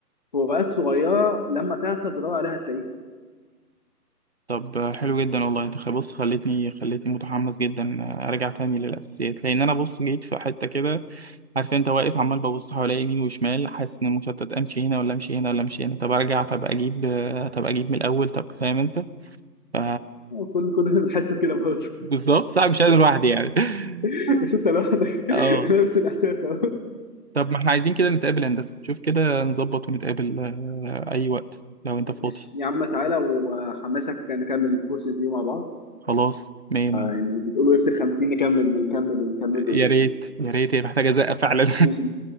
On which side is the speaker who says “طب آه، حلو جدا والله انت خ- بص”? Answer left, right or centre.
Right